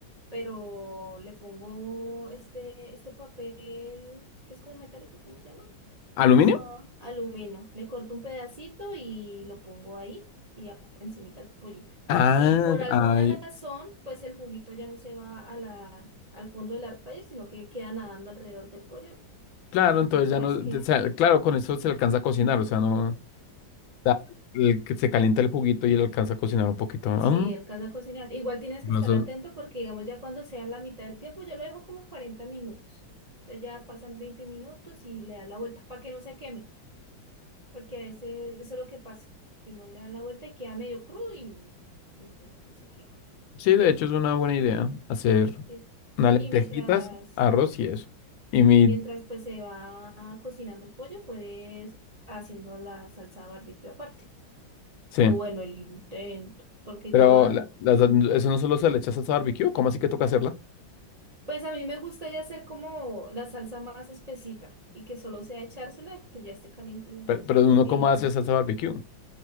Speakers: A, on the right (about 35°); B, on the left (about 80°).
A: pero le pongo este, este papel que es como metálico, ¿cómo se llama?
B: ¿Aluminio?
A: Ah, aluminio. Le corto un pedacito y lo pongo ahí y a- encimita el pollito.
B: Ah,
A: Y por alguna
B: ay,
A: razón, pues el juguito ya no se va a la, al fondo del air fryer, sino que queda nadando alrededor del pollo.
B: claro, entonces
A: Entonces,
B: ya no, o
A: ¿qué?
B: sea, claro, con eso se alcanza a cocinar, o sea, no... sea, el que se calienta el juguito y él alcanza a cocinar un poquito. Ah,
A: Sí, el caso de cocinar. Igual tienes
B: no
A: que estar
B: son-
A: atento porque, digamos, ya cuando sea la mitad del tiempo, yo lo dejo como 40 minutos. Entonces ya pasan 20 minutos y le da la vuelta para que no se queme, porque a veces eso es lo que pasa, porque no le dan la vuelta y queda medio crudo y, y se, y se quema.
B: Sí, de hecho es una buena idea hacer
A: Y- sí,
B: unas lentejitas,
A: y mientras,
B: arroz y eso. Y mi,
A: y mientras pues se va cocinando el pollo, puedes haciendo la salsa barbecue aparte.
B: sí,
A: O bueno, el intento, porque
B: pero
A: yo lo hago
B: la- las- eso no solo se le echa salsa barbecue, ¿cómo así que toca hacerla?
A: Pues a mí me gusta ya hacer como la salsa más espesita y que solo sea echársela, que ya esté caliente y echarse.
B: Pero, pero
A: Porque
B: uno cómo
A: digamos,
B: hace salsa barbecue.